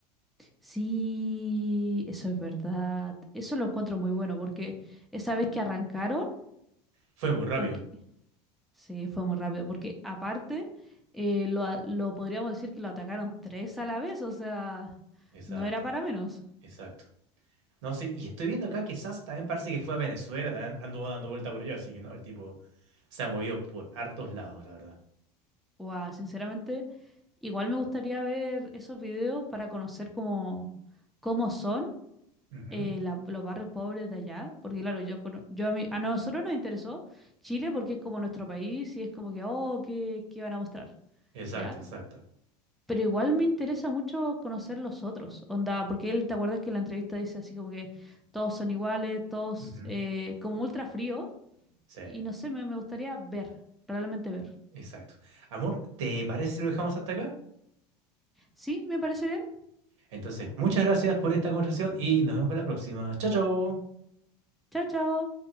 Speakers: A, in the centre; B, on the right.
A: Sí, eso es verdad. Eso lo encuentro muy bueno porque esa vez que arrancaron,
B: Fue muy rápido.
A: porque sí, fue muy rápido, porque aparte eh, lo, a- lo podríamos decir que lo atacaron tres a la vez, o sea,
B: Exacto,
A: no era para menos.
B: exacto. No sé, y estoy viendo acá que SAS también parece que fue a Venezuela, también anduvo dando vuelta por allá, así que no, el tipo se ha movido por hartos lados, la verdad.
A: Wow, sinceramente, igual me gustaría ver esos videos para conocer cómo, cómo son
B: Ujú.
A: eh, la- los barrios pobres de allá, porque claro, yo, cono- yo a mí- a nosotros nos interesó Chile porque es como nuestro país y es como que, oh, ¿qué, qué van a mostrar?
B: Exacto,
A: ¿Ya?
B: exacto.
A: Pero igual me interesa mucho conocer los otros, onda, porque él, ¿te acuerdas que en la entrevista dice así como que todos son iguales, todos
B: Ujú.
A: eh, como ultra frío?
B: Sí,
A: Y no sé, me, me gustaría ver, realmente ver.
B: exacto. Amor, ¿te parece si lo dejamos hasta acá?
A: Sí, me parece bien.
B: Entonces, muchas gracias por esta conversación y nos vemos para la próxima. Chao, chao.
A: Chao, chao.